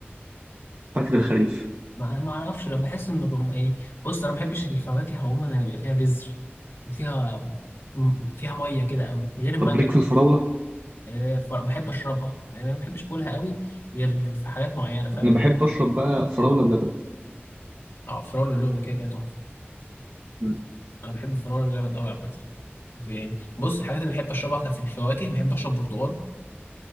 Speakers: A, on the right; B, on the left.
A: فاكهه الخريف
B: ما ما اعرفش انا بحس ان الرم يعني بص انا ما بحبش الفواكه عموما اللي بيبقى فيها بذر وفيها م- فيها ميه كده قوي غير المانجا
A: طب ليك في الفراوله
B: يعني ف- بحب اشربها يعني ما بحبش اكلها قوي غير في حاجات معينه فاهم
A: انا بحب اشرب بقى فراوله بلبن
B: اه فراوله لون كده كده تحفه
A: م-
B: انا بحب الفراوله اللبن قوي عامه يعني بص الحاجات اللي بحب اشربها كان في الفواكه بحب اشرب برتقال